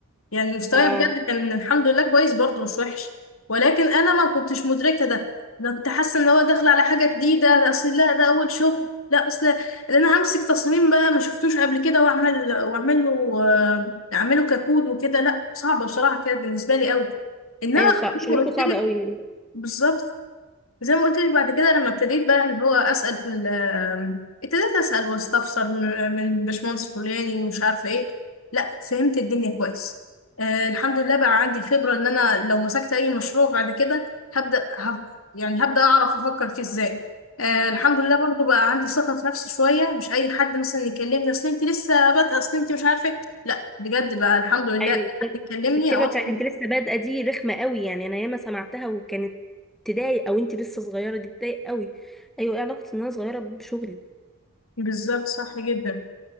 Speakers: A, on the left (about 80°); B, in the centre.
A: يعني مستواي
B: اه
A: بجد كان الحمد لله كويس برضه مش وحش ولكن انا ما كنتش مدركه ده انا كنت حاسه ان هو داخل على حاجه جديده ده اصل لا ده اول شغل لا اصل ده انا همسك تصميم بقى ما شفتوش قبل كده واعمل واعمل له آه، اعمله ككود وكده لا صعبه بصراحه كانت بالنسبه لي قوي انما
B: ايوه صع...
A: زي
B: شغلكم
A: ما قلت
B: صعب
A: لك
B: قوي
A: بالظبط زي ما قلت لك بعد كده لما ابتديت بقى اللي هو اسال في ال- آم، ابتديت اسال واستفسر من من باشمهندس فلاني ومش عارفه ايه لا فهمت الدنيا كويس آه الحمد لله بقى عندي خبره ان انا لو مسكت اي مشروع بعد كده هبدا هب يعني هبدا اعرف افكر فيه ازاي آه الحمد لله برضو بقى عندي ثقه في نفسي شويه مش اي حد مثلا يكلمني اصل انت لسه بادئه اصل انت مش عارفه إيه". لا بجد بقى الحمد لله
B: ايوه
A: أي حد
B: بالظبط
A: يكلمني
B: الكلمه
A: او
B: بتاعت
A: أدخل-
B: انت لسه بادئه دي رخمه قوي يعني انا ياما سمعتها وكانت تضايق او انت لسه صغيره دي تضايق قوي ايوه ايه علاقه ان انا صغيره بشغلي
A: بالظبط صح جدا